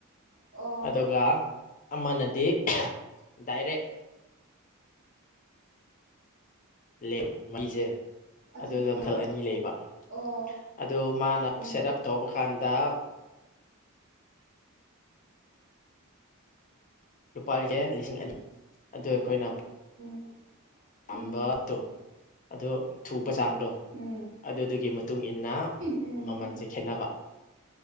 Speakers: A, on the right; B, on the left.
A: ꯑꯣ
B: ꯑꯗꯨꯒ ꯑꯃꯅꯗꯤ ꯗꯥꯏꯔꯦꯛ ꯂꯦ ꯃꯩꯁꯦ
A: ꯑꯆꯥ
B: ꯑꯗꯨꯗ
A: ꯑꯆꯥ
B: ꯃꯈꯜ ꯑꯅꯤ ꯂꯩꯕ
A: ꯑꯣ
B: ꯑꯗꯨ ꯃꯥꯅ
A: ꯎꯝ
B: ꯁꯦꯠ ꯑꯞ ꯇꯧꯕ ꯀꯥꯟꯗ ꯂꯨꯄꯥ ꯂꯤꯁꯦ ꯂꯤꯁꯤꯡ ꯑꯅꯤ ꯑꯗꯨ ꯑꯩꯈꯣꯏꯅ
A: ꯎꯝ
B: ꯄꯥꯝꯕꯗꯣ
A: ꯎꯝ
B: ꯑꯗꯣ ꯊꯨꯕ ꯆꯥꯡꯗꯣ
A: ꯎꯝ
B: ꯑꯗꯨꯗꯨꯒꯤ ꯃꯇꯨꯡ ꯏꯟꯅ
A: ꯎꯝ
B: ꯃꯃꯜꯁꯦ ꯈꯦꯠꯅꯕ